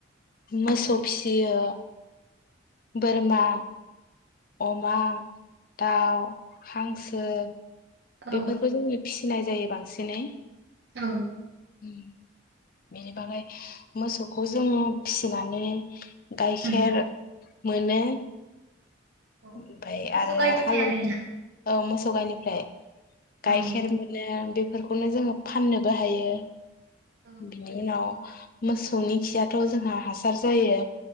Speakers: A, on the left; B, on the right.
A: मोसौ
B: औ
A: फिसियो बोरमा अमा दाउ हांसो
B: औ
A: बेफोरखौ <unintelligible> फिसि सिनाय जायो बांसिनै
B: औ
A: ओम बेनि बागै मोसौखौ जों फिसिनानै गाइखेर
B: उम
A: मोनो
B: औ
A: ओमफाय
B: मोसौ
A: आरो
B: गायनिफ्राय
A: हाल
B: आरोना
A: औ मोसौ गायनिफ्राय गायखेर
B: औ
A: मोनो <unintelligible> बेफोरखौनो जोङो फाननोबो हायो
B: औ
A: बिनि उनाव मोसौनि खियाथ' जोंहा हासार जायो